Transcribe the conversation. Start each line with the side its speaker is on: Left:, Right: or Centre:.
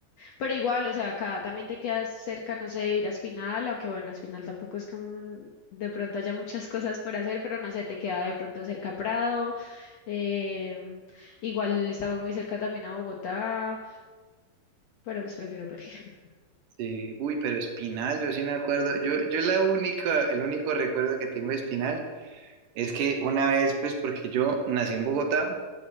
Left: Pero igual, o sea, acá también te quedas cerca, no sé, ir a Espinal, aunque bueno, Espinal tampoco es que mm, de pronto haya muchas <laughs> cosas por hacer, pero no sé, te queda de pronto cerca Prado. em, igual estamos muy cerca también a Bogotá, pero pues prefiero Pereira. <laughs>
Right: Sí. Uy, pero Espinal, yo sí me acuerdo. Yo, yo la única, el único recuerdo que tengo de Espinal es que una vez, pues, porque yo nací en Bogotá,